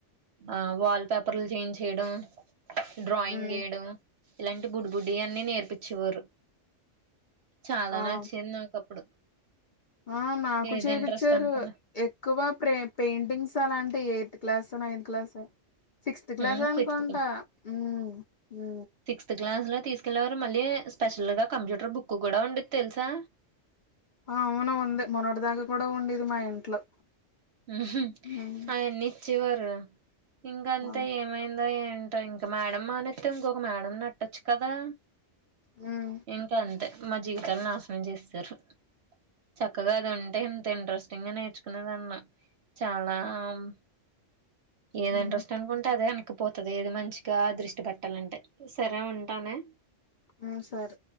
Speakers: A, on the right; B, on the left.
A: ఆ వాల్ పేపర్లు చేంజ్ చేయడం. డ్రాయింగ్
B: ఉమ్
A: ఏయడం ఇలాంటి బుడ్డి బుడ్డి అన్ని నేర్పిచ్చేవారు. చాలా
B: ఆ
A: నచ్చింది నాక్ అప్పుడు
B: ఆ నాకు
A: ఏది
B: చేపిచ్చారూ
A: ఇంట్రెస్ట్ అనుకున్నా
B: ఎక్కువా ప్రే పెయింటింగ్స్ అలాంటియి ఎయిత్ క్లాసో నైన్త్ క్లాసో. Sixth class
A: um
B: అనుకుంటా
A: sixth class
B: ఊ ఊ
A: ఫ్త్ క్లాస్లో తీసుకెళ్ళేవారు మళ్ళీ స్పెషల్గా కంప్యూటర్ బుక్కు కూడా ఉండేద్ తెల్సా.
B: ఆ అవును ఉంది మొన్నటి దాకా కూడా ఉండేది మా ఇంట్లో.
A: ఉహు
B: హ్మ్
A: అయన్ని ఇచ్చేవారు ఇంకంతా
B: ఆ
A: ఏమైందో ఏం టో ఇంక మేడమ్ మానేత్తే ఇంకొక మేడమ్ నెట్టొచ్చు కదా.
B: హ్మ్
A: ఇంకా అంతే మా జీవితాలు నాశనం చేసేశారు చక్కగా అది ఉంటే ఇంత ఇంట్రెస్ట్ టింగా నేర్చుకునేదాన్నో చాలా అం ఏది
B: హ్మ్
A: ఇంట్రెస్ట్ అనుకుంటే అదే ఎనక్కిపోతది ఏది మంచిగా దృష్టి పెట్టాలంటే సరే ఉంటానే.
B: ఆ సర్